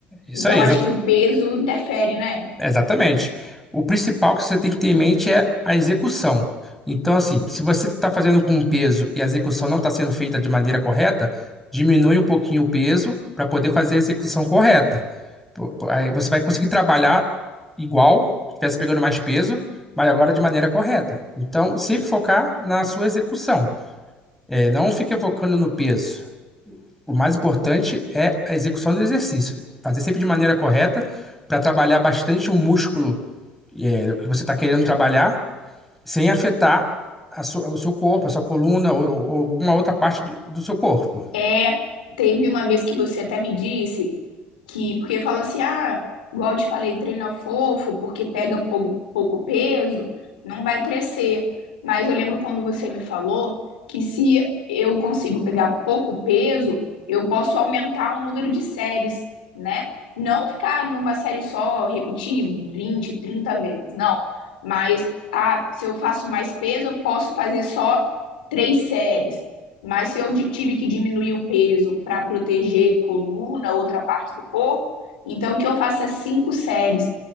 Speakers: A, in the centre; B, on the left.
A: Isso
B: Então
A: aí,
B: acho
A: exa-
B: que o peso interfere, né?
A: Exatamente. O principal que você tem que ter em mente é a execução. Então, assim, se você está fazendo com um peso e a execução não está sendo feita de maneira correta, diminui um pouquinho o peso para poder fazer a execução correta. Pô, pô, Aí você vai conseguir trabalhar igual, se estivesse pegando mais peso, mas agora de maneira correta. Então, sempre focar na sua execução. É, não fique focando no peso. O mais importante é a execução do exercício. Fazer sempre de maneira correta para trabalhar bastante o músculo é, que você está querendo trabalhar, sem afetar a su- o seu corpo, a sua coluna ou, ou alguma outra parte de- do seu corpo.
B: É, teve uma vez que você até me disse que, porque fala assim, ah, igual eu te falei, treina fofo, porque pega pouco, pouco peso, não vai crescer. Mas eu lembro quando você me falou que se eu consigo pegar pouco peso, eu posso aumentar o número de séries, né? Não ficar numa série só, repetir 20 30 vezes, não. Mas, ah, se eu faço mais peso, eu posso fazer só três séries. Mas se eu tive que diminuir o peso para proteger coluna, outra parte do corpo, então que eu faça cinco séries.